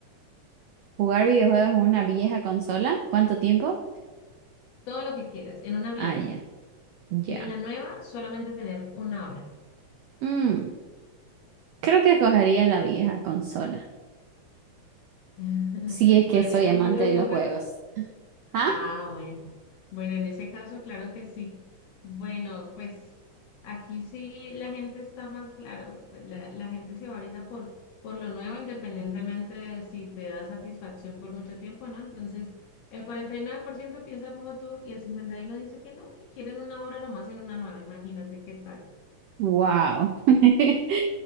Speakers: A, on the right; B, on the left.
A: ¿jugar videojuegos en una vieja consola? ¿Cuánto tiempo?
B: Todo lo que quieras, en una vieja.
A: Ah, ya,
B: Y
A: ya.
B: en la nueva solamente tener una hora.
A: Mm, Creo que cogería la vieja consola,
B: <laughs>
A: si es que
B: Bueno,
A: soy
B: ¿eres
A: amante
B: muy de
A: de
B: videojuegos?
A: los juegos. ¿Ah?
B: Ah, bueno. Bueno, en ese caso, claro que sí. Bueno, pues aquí sí la gente está más, claro, pues, la, la gente se va ahorita por, por lo nuevo, independientemente de si te da satisfacción por mucho tiempo, ¿no? Entonces, el 49% piensa como tú y el 51% dice que no, que quieren una obra nomás en una nueva. Imagínate qué tal.
A: Wow. <laughs>